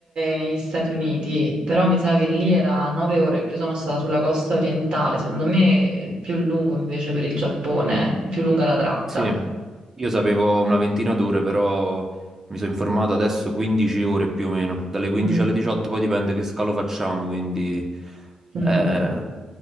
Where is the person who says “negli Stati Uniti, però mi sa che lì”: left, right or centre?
Right